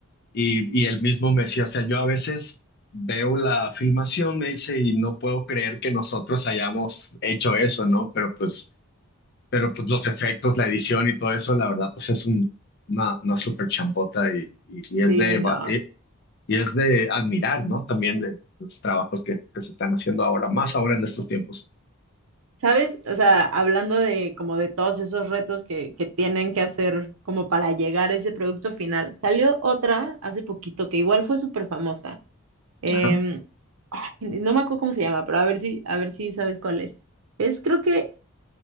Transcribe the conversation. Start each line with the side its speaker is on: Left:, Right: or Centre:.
Left: y, y él mismo me decía, o sea, yo a veces veo la filmación, me dice, y no puedo creer que nosotros hayamos hecho eso, ¿no? Pero pues pero pues los efectos, la edición y todo eso, la verdad, pues es un- una, una súper chambota y, y, y es
Right: sí,
Left: de,
Right: no.
Left: va- eh, y es de admirar, ¿no? También de los trabajos que, que se están haciendo ahora, más ahora en estos tiempos.
Right: ¿Sabes? O sea, hablando de como de todos esos retos que, que tienen que hacer como para llegar a ese producto final, salió otra hace poquito que igual fue súper famosa. Em,
Left: Ajá.
Right: ay, no me acuerdo cómo se llama, pero a ver si, a ver si sabes cuál es. Es creo que,